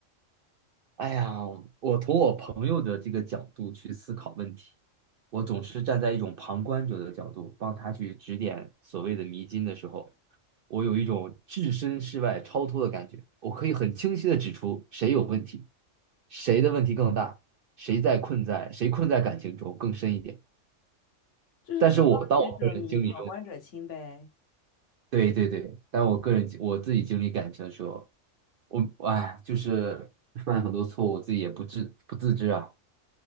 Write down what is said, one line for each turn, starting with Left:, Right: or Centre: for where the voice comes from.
Right: 哎呀，我从我朋友的这个角度去思考问题，我总是站在一种旁观者的角度，帮他去指点所谓的迷津的时候，我有一种置身事外、超脱的感觉。我可以很清晰的指出谁有问题，谁的问题更大，谁在困在谁困在感情中更深一点。
Left: 这就是当局者迷，
Right: 但是我当我个人经历中。
Left: 旁观者清呗。
Right: 对对对，但我个人我自己经历感情的时候，我哎就是犯很多错误，我自己也不自不自知啊。